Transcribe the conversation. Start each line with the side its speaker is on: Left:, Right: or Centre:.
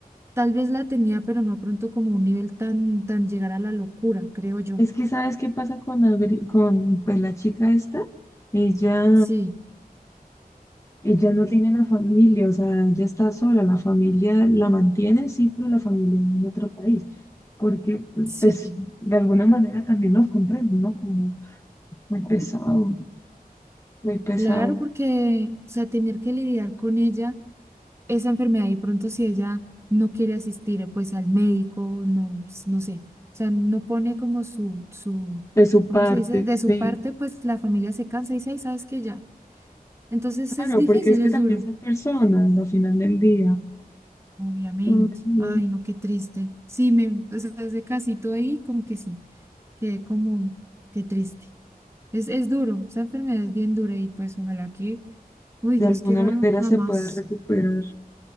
Right: tal vez la tenía, pero no pronto como un nivel tan, tan llegar a la locura, creo yo.
Left: Es que, ¿sabes qué pasa con, Adri- con pues, la chica esta? Ella
Right: Sí,
Left: Ella no tiene la familia, o sea, ella está sola, la familia la mantiene, sí, pero la familia en otro país, porque
Right: sí,
Left: pues de alguna manera también los comprendo, ¿no? Como muy pesado, muy pesado
Right: claro, porque, o sea, tener que lidiar con ella, esa enfermedad, y pronto si ella no quiere asistir, eh, pues al médico, no, s- no sé, o sea, no pone como su, su,
Left: de su
Right: ¿cómo
Left: parte,
Right: se dice? De su
Left: sí.
Right: parte, pues la familia se cansa y dice, ay, ¿sabes que Ya. Entonces
Left: Claro,
Right: es difícil,
Left: porque es que
Right: es
Left: también
Right: duro.
Left: son personas al final del día.
Right: Obviamente.
Left: Ujú.
Right: Ay, no, qué triste. Sí, me, o sea, ese casito ahí, como que sí, quedé como, qué triste. Es, es duro, esa enfermedad es bien dura y pues ojalá que, uy,
Left: De
Right: Dios
Left: alguna
Right: quiera
Left: manera
Right: jamás.
Left: se puede recuperar.